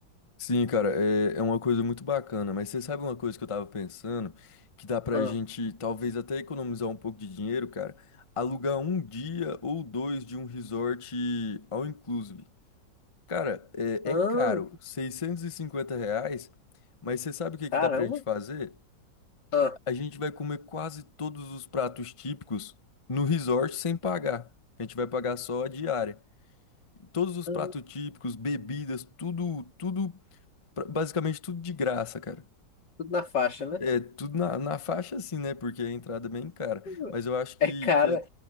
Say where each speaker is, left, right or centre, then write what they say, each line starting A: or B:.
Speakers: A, on the left; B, on the left.
A: Sim, cara, é, é uma coisa muito bacana, mas você sabe uma coisa que eu tava pensando, que dá pra
B: Ah,
A: gente talvez até economizar um pouco de dinheiro, cara, alugar um dia ou dois de um resort all inclusive. Cara, é,
B: ah,
A: é caro, 650 reais, mas você sabe o que que
B: caramba.
A: dá pra gente fazer?
B: Ah,
A: A gente vai comer quase todos os pratos típicos no resort sem pagar. A gente vai pagar só a diária. Todos os
B: ah,
A: pratos típicos, bebidas, tudo, tudo, pra- basicamente tudo de graça, cara.
B: tudo na faixa, né?
A: É, tudo na, na faixa assim, né? Porque a entrada é bem cara.
B: <laughs>
A: Mas eu acho que,
B: É cara.
A: que-